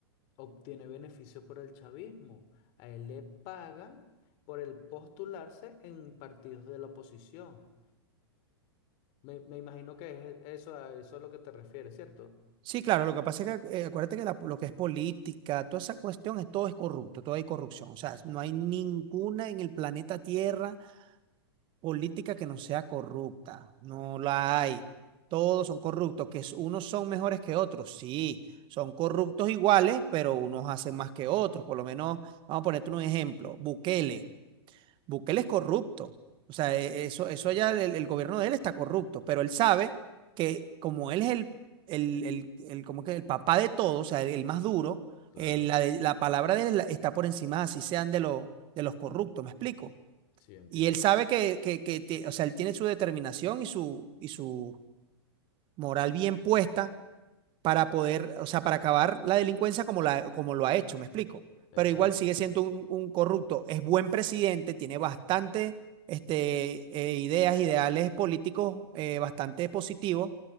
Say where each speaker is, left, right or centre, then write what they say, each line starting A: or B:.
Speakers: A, on the left; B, on the right.
A: obtiene beneficio por el chavismo. A él le pagan por el postularse en partidos de la oposición. Me, me imagino que es eso, a eso a lo que te refieres, ¿cierto?
B: sí, claro, lo que pasa es que eh, acuérdate que la- lo que es política, toda esa cuestión, es, todo es corrupto, todo hay corrupción, o sea, no hay ninguna en el planeta Tierra política que no sea corrupta. No la hay. Todos
A: Eh,
B: son corruptos, que es- unos son mejores que otros, sí, son corruptos iguales, pero unos hacen más que otros. Por lo menos, vamos a ponerte un ejemplo, Bukele. Bukele es corrupto. O sea, e- eso, eso ya el, el gobierno de él está corrupto, pero él sabe que como él es el, el, el, el- como que el papá de todos, o sea, el, el más duro,
A: claro.
B: eh, la, de- la palabra de él la- está por encima, así sean de, los de los corruptos, ¿me explico?
A: Sí, entiendo.
B: Y él sabe que, que, que te- o sea, él tiene su determinación y su, y su moral bien puesta para poder, o sea, para acabar la delincuencia como, la, como lo ha hecho, ¿me explico? Pero
A: Exacto.
B: igual sigue siendo un, un corrupto, es buen presidente, tiene bastante este, eh, ideas, ideales políticos eh, bastante positivos